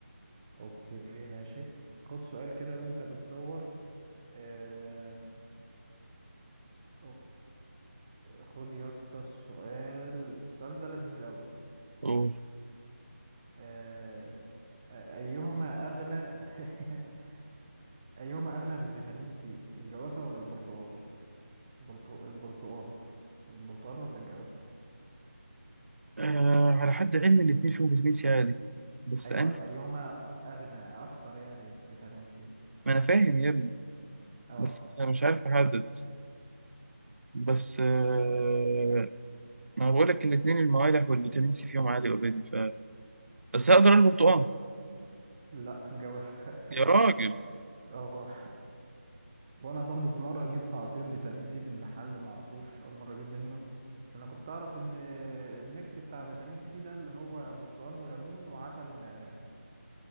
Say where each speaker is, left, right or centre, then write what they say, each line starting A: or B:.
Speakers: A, on the right; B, on the right.
A: أوكي ماشي خد سؤال كده وأنت بتدور آه. أوكي خد يا اسطى السؤال السؤال ده لذيذ أوي
B: قول
A: آه، أيهما أغنى <laughs> أيهما أغنى بفيتامين سي الجوافة ولا البرتقال البرتق- البرتقال البرتقال ولا الجوافة
B: آه على حد علمي الاتنين فيهم فيتامين سي عالي بس
A: أيوة
B: انا
A: أيهما أغنى أكتر يعني فيتامين سي
B: ما انا فاهم يا ابني
A: أه
B: بس انا مش عارف احدد بس آه، ما بقول لك الاثنين الموالح والفيتامين سي فيهم عالي اوريدي ف بس هقدر البرتقال
A: لا الجوافة
B: يا راجل
A: <laughs> أه وأنا برضو في مرة جبت عصير فيتامين سي من محل معرفوش أول مرة أجيب منه أنا كنت أعرف إن الميكس بتاع فيتامين سي ده اللي هو برتقال وليمون وعسل ونعناع